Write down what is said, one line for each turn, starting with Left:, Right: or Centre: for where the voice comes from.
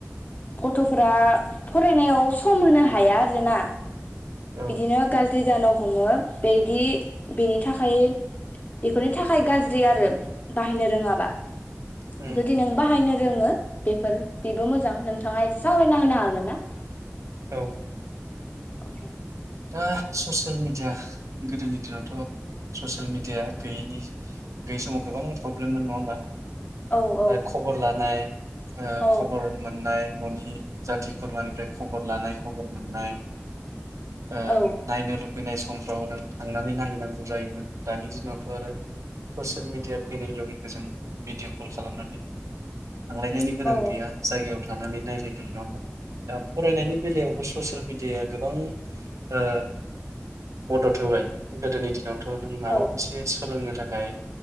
Left: गथ'फोरा फरायनायाव सम होनो हाया आरोना।
Right: औ
Left: बिदिनो गाज्रि जान हमो बेदि बेनि थाखाय बेफोरनि थाखाय गाज्रि आरो बाहायनो रोङाबा।
Right: उम
Left: जुदि नों बाहायनो रोङो बेफोर बेबो मोजां नोंथाङा एसे सावरायना होनो हागोन ना?
Right: औ
Left: औ
Right: दा स'सियेल मिडिया गोदोनि दिनावथ' स'सियेल मिडिया गैयिनि गैयि समाव गोबां प्रब्लेममोन नङा होमबा?
Left: औ औ
Right: ओ खबर लानाय ओ
Left: औ
Right: खबर मोननाय न'नि जाथि खुरमानिफ्राय खबर लानाय खबर मोननाय। ओ
Left: औ
Right: नायनो लुबैनाय स समफ्राव नों थांनानै नायहैनांगौ जायोमोन दानि दिनावथ' आरो स'सियेल मिडिया फैनाय लोगो लोगो जों भिडिअ' कल खालामनानै थांलायनायनि गोनां
Left: औ
Right: गैया जायगायाव थानानै नायलायनो हायो नङा होनबा। दा फरायनायनि बेलायावबो ससियेल मिडियाया गोबां ओ मदद होबाय गोदोनि दिनाव थ नों माबा
Left: औ
Right: मोनसे सोलोंनो थाखाय